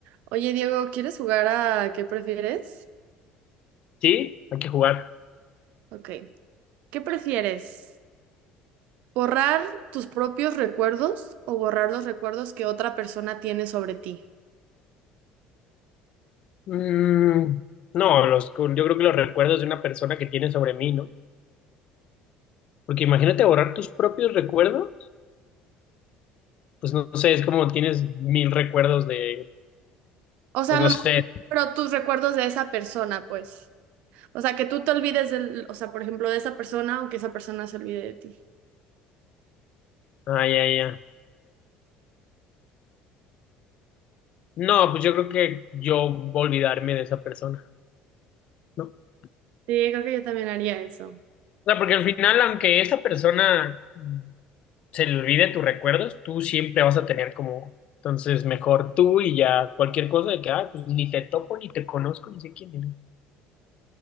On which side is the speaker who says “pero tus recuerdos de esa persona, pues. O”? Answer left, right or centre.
Right